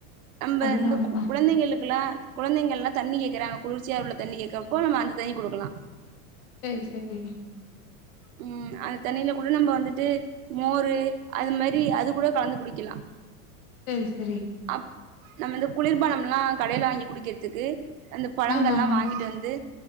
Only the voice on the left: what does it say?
அதுதா
அதுதா
செரி செரி
செரி செரி
ஆமா ஆமா